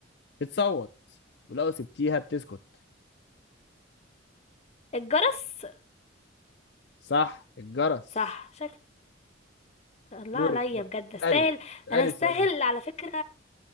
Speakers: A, on the left (about 55°); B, on the left (about 35°).
A: بتصوت ولو سبتيها بتسكت
B: الجرس
A: صح الجرس
B: صح شكل الله
A: دورك
B: عليا
A: بقى
B: بجد استاهل
A: اسألي اسألي
B: انا استاهل
A: سؤال
B: على فكرة